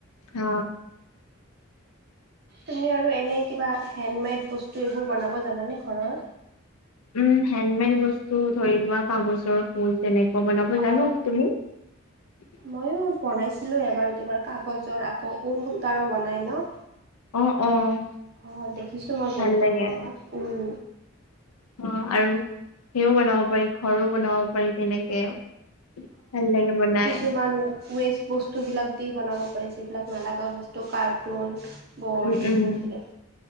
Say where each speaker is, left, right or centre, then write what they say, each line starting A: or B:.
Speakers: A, on the left (about 85°); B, on the right (about 45°).
A: হ,
B: তুমি আৰু এনেই কিবা হেণ্ডমেড বস্তু এইবোৰ বনাব জানানে ঘৰৰ।
A: উম, হেণ্ডমেড বস্তু ধৰি লোৱা কাগজৰ ফুল তেনেকোৱা বনাব
B: অ,
A: জানো তুমি? উ <inaudible>
B: ময়ো বনাইছিলো এবাৰ তোমাৰ কাগজৰ। আকৌ ঊনসূতাৰ বনাই ন?
A: অ', অ',
B: অহ, দেখিছো মই
A: ভাল
B: বহুত
A: লাগে
B: বনোৱা উম,
A: অ, আৰু সেও বনাব পাৰি, ঘৰো বনাব পাৰি তেনেকে ভাল লাগে বনাই
B: কিছুমান ৱেষ্ট বস্তুবিলাক দি বনাব পাৰি যিবিলাক নালাগা বস্তু কাৰ্টুন, ব'ৰ্ড
A: উম
B: সেইবোৰ
A: উম
B: দিয়ে।